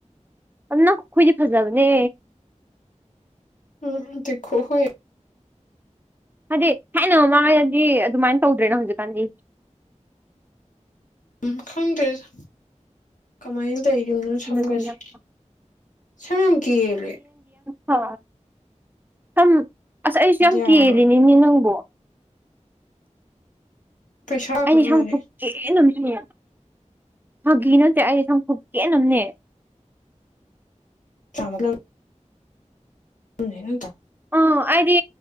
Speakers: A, on the right (about 15°); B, on the left (about 85°).
A: ꯑꯗꯨ ꯅꯪ ꯈꯨꯈꯣꯏꯗꯤ ꯐꯖꯕꯅꯦ
B: ꯎꯝ <unintelligible>
A: ꯍꯥꯏꯗꯤ ꯊꯥꯏꯅ ꯃꯃꯥꯡꯉꯩꯗꯗꯤ ꯑꯗꯨꯃꯥꯏꯟ ꯇꯧꯗ꯭ꯔꯦꯅ ꯍꯧꯖꯤꯛꯀꯥꯟꯗꯤ
B: ꯎꯝ ꯈꯪꯗ꯭ꯔꯦꯗ ꯀꯃꯥꯏꯟ ꯆꯩ ꯌꯨꯝꯗ ꯁꯝꯒꯁꯦ
A: ꯍꯟꯗꯛꯇꯤ ꯌꯥꯝ
B: ꯁꯝ ꯌꯥꯝ ꯀꯦꯜꯂꯦ
A: ꯍꯥ ꯁꯝ ꯑꯁ ꯑꯩꯁꯨ
B: ꯑꯗꯨ
A: ꯌꯥꯝ
B: ꯌꯥꯔꯣꯏ
A: ꯀꯦꯜꯂꯤꯅꯤꯅꯦ ꯅꯪꯕꯣ
B: ꯄꯩꯁꯥ ꯈꯛ
A: ꯑꯩꯩꯅ
B: ꯉꯥꯏꯔꯦ
A: ꯁꯝ ꯈꯨꯀꯦꯜꯑꯃꯅꯤ ꯐꯒꯤ ꯅꯠꯇꯦ ꯑꯩ ꯁꯝꯈꯨꯀꯦꯟ ꯑꯃꯅꯦ
B: ꯑ ꯃꯂ <unintelligible> ꯎꯝ <unintelligible>
A: ꯑꯥ ꯑꯩꯗꯤ